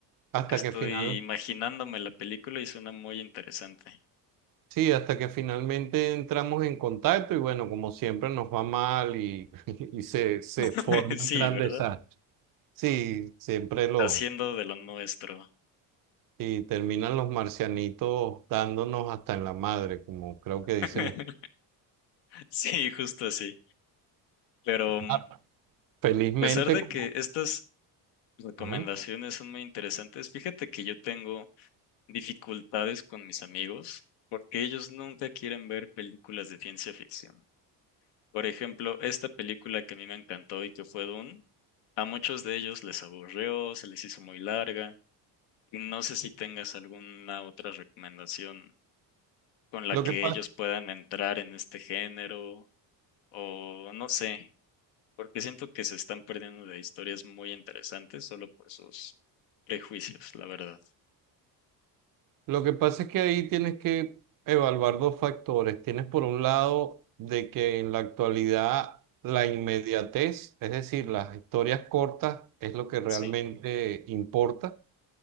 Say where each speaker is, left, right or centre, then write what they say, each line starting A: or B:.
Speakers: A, on the left; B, on the right.
A: Creo
B: hasta
A: que estoy
B: que final,
A: imaginándome la película y suena muy interesante.
B: sí, hasta que finalmente entramos en contacto y bueno, como siempre nos va mal y, <laughs> y se, se
A: <laughs>
B: forma
A: Sí,
B: un gran
A: ¿verdad?
B: desastre. Sí, siempre lo,
A: Haciendo de lo nuestro.
B: Y terminan los marcianitos dándonos hasta en la madre, como creo que dicen.
A: <laughs>
B: ustedes.
A: Sí, justo así. Pero mm,
B: Claro.
A: a
B: Felizmente,
A: pesar de
B: como...
A: que estas recomendaciones
B: Ujú.
A: son muy interesantes, fíjate que yo tengo dificultades con mis amigos porque ellos nunca quieren ver películas de ciencia ficción. Por ejemplo, esta película que a mí me encantó y que fue Dune, a muchos de ellos les aburrió, se les hizo muy larga. Y no sé si tengas alguna otra recomendación con la
B: Lo
A: que
B: que pasa,
A: ellos puedan entrar en este género o no sé, porque siento que se están perdiendo de historias muy interesantes solo por sus prejuicios, la verdad.
B: lo que pasa es que ahí tienes que evaluar dos factores. Tienes por un lado de que en la actualidad la inmediatez, es decir, las historias cortas, es lo que realmente
A: Sí,
B: importa.